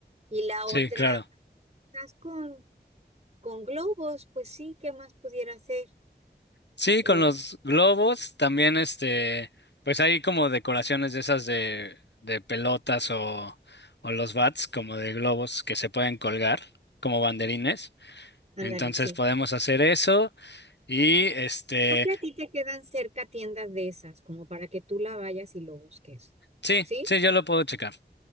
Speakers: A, on the right; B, on the left.
A: Y la
B: sí,
A: otra,
B: claro.
A: estás con, con globos, pues sí, ¿qué más pudiera hacer?
B: Sí,
A: Eh,
B: con los globos también, este, pues hay como decoraciones de esas de, de pelotas o, o los bats como de globos que se pueden colgar como banderines.
A: ándale,
B: Entonces
A: sí.
B: podemos hacer eso y este,
A: Creo que a ti te quedan cerca tiendas de esas, como para que tú la vayas y lo busques.
B: sí,
A: ¿Sí?
B: sí, yo lo puedo checar.